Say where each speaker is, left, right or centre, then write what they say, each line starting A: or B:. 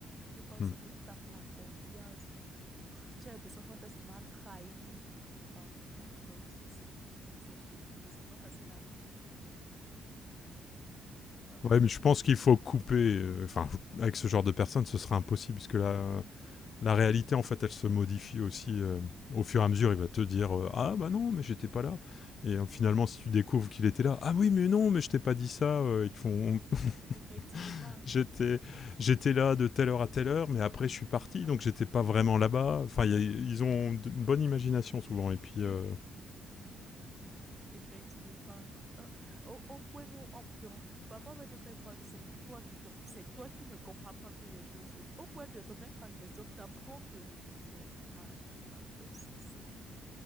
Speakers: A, on the right (about 20°); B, on the left (about 50°).
A: Je pense
B: Hmm.
A: autant la confiance. Pff, Tu as l'impression qu'on t'a seulement trahi. Oh, pff, non, c'est c'est- c'est pénible, c'est pas facile à vivre. C'est pas facile.
B: Ouais, mais je pense qu'il faut couper. euh, Enfin, faut- avec ce genre de personnes, ce sera impossible, parce que la, la réalité, en fait, elle se modifie aussi euh, au fur et à mesure. Il va te dire euh, Ah, bah non, mais j'étais pas là. Et euh, finalement, si tu découvres qu'il était là, Ah oui, mais non, mais je t'ai pas dit ça. euh, ils te font
A: Effectivement.
B: <laughs> J'étais j'étais là de telle heure à telle heure, mais après, je suis parti,
A: Ah,
B: donc j'étais pas vraiment là-bas. Enfin, il y a- ils ont d- une bonne imagination souvent. Et puis,
A: et
B: euh,
A: oui. Effectivement. Euh, Au, au point où on, donc, parfois on va te faire croire que c'est même toi qui, donc, c'est toi qui ne comprends pas bien les choses, au point de remettre en question ta propre réflexion, franchement. Donc, c'est, c'est-